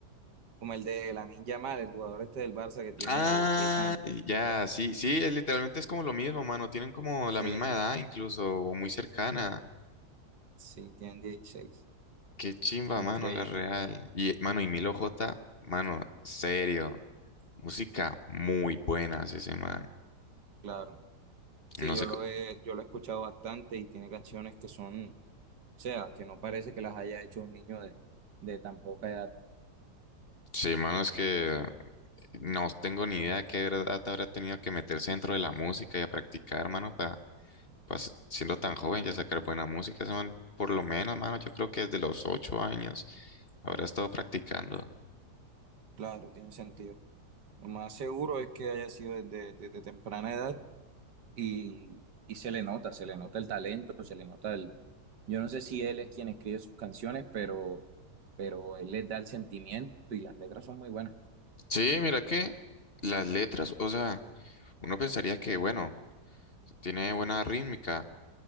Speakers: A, on the right; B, on the left.
A: Como el de Lamine Yamal, el jugador este del Barça que tiene
B: Ah,
A: 16 años.
B: ya, sí, sí, es, literalmente es como lo mismo, mano. Tienen como
A: Sí,
B: la misma edad incluso, o muy cercana.
A: sí, tiene dieciséis
B: Qué chimba,
A: Increíble,
B: mano, la real. Y, mano, y Milo J, mano, serio. Música muy buena hace ese man.
A: claro. Sí,
B: No
A: yo
B: sé,
A: lo
B: co-
A: he, yo lo he escuchado bastante y tiene canciones que son, o sea, que no parece que las haya hecho un niño de, de tan poca edad.
B: sí, mano, es que no tengo ni idea de qué edad habrá tenido que meterse dentro de la música y a practicar, mano, Pues, siendo tan joven, ya sacar buena música, ese man, por lo menos, mano, yo creo que desde los ocho años habrá estado practicando.
A: Claro, tiene sentido. Lo más seguro es que haya sido desde, desde temprana edad y, y se le nota, se le nota el talento, se le nota el... Yo no sé si él es quien escribe sus canciones, pero, pero él les da el sentimiento y las letras son muy buenas.
B: Sí, mira que las letras, o sea, uno pensaría que, bueno, tiene buena rítmica,